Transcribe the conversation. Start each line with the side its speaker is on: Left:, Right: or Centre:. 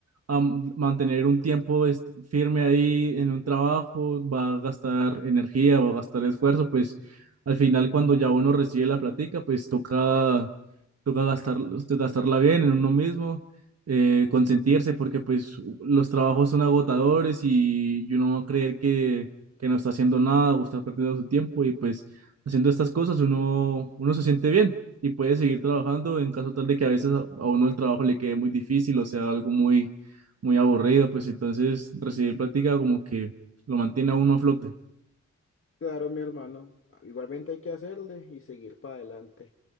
Right: a m- mantener un tiempo est- firme ahí en un trabajo, va a gastar energía, va a gastar esfuerzo, pues al final cuando ya uno recibe la platica, pues toca, toca gastar, este, gastarla bien en uno mismo, eh, consentirse, porque pues los trabajos son agotadores y, y uno va a creer que, que no está haciendo nada o está perdiendo su tiempo y pues haciendo estas cosas uno, uno se siente bien y puede seguir trabajando en caso tal de que a veces a, a uno el trabajo le quede muy difícil o sea algo muy, muy aburrido, pues entonces recibir práctica como que lo mantiene a uno a flote.
Left: Claro, mi hermano, igualmente hay que hacerle y seguir para adelante.